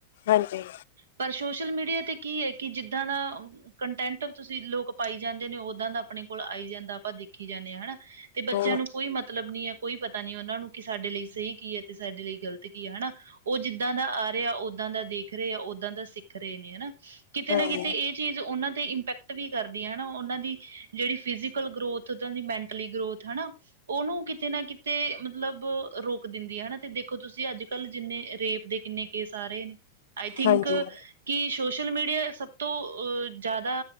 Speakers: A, on the left; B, on the right.
A: ਹਾਂਜੀ
B: ਪਰ ਸੋਸ਼ਲ ਮੀਡੀਆ ਤੇ ਕੀ ਹੈ ਕਿ ਜਿੱਦਾਂ ਦਾ ਕੰਟੈਂਟ ਤੁਸੀਂ ਲੋਕ ਪਾਈ ਜਾਂਦੇ ਨੇ ਉਦਾਂ ਦਾ ਆਪਣੇ ਕੋਲ ਆਈ ਜਾਂਦਾ ਆਪਾਂ ਦੇਖੀ ਜਾਂਦੇ ਹਾਂ ਹਨਾ ਤੇ ਬੱਚਿਆਂ
A: ਹੋਰ
B: ਨੂੰ ਕੋਈ ਮਤਲ ਮਤਲਬ ਨੀ ਹੈ ਕੋਈ ਪਤਾ ਨੀ ਉਹਨਾਂ ਨੂੰ ਕਿ ਸਾਡੇ ਲਈ ਸਹੀ ਕੀ ਹੈ ਤੇ ਸਾਡੇ ਲਈ ਗ਼ਲਤ ਕੀ ਹੈ ਹਨਾ ਉਹ ਜਿੱਦਾਂ ਦਾ ਆ ਰਿਹਾ ਉਦਾਂ ਦਾ ਦੇਖ ਰਹੇ ਆ ਉਦਾਂ ਦਾ ਸਿੱਖ ਰਹੇ ਨੇ ਹਨਾ ਕਿਤੇ ਨਾ
A: ਹਾਂਜੀ
B: ਕਿਤੇ ਇਹ ਚੀਜ਼ ਉਹਨਾਂ ਤੇ ਇੰਪੈਕਟ ਵੀ ਕਰਦੀ ਹੈ ਹਨਾ ਉਹਨਾਂ ਦੀ ਜਿਹੜੀ ਫਿਜ਼ਕਲ ਗਰੋਥ ਦੀ ਮੈਂਟਲੀ ਗਰੋਥ ਹਨਾ ਉਹਨੂੰ ਕਿਤੇ ਨਾ ਕਿਤੇ ਮਤਲਬ ਰੋਕ ਦਿੰਦੀ ਹੈ ਹਨਾ ਤੇ ਦੇਖੋ ਤੁਸੀਂ ਅੱਜ ਕਲ ਜਿੰਨੇ ਰੇਪ ਦੇ ਕਿੰਨੇ ਕੇਸ ਆ ਰਹੇ ਨੇ ਆਈ ਥਿੰਕ
A: ਹਾਂਜੀ
B: ਕਿ ਸੋਸ਼ਲ ਮੀਡੀਆ ਸਭ ਤੋਂ ਜ਼ਿਆਦਾ